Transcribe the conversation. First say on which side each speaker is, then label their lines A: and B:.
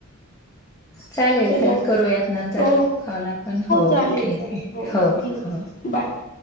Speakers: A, on the left; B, on the left.
A: चालेल
B: चला
A: तई करूयात नंतर
B: हो
A: खाऊला पण हो.
B: चालेल
A: ठीक
B: चालेल
A: आहे हो..
B: ठीक
A: हो..
B: आहे बाय <inaudible>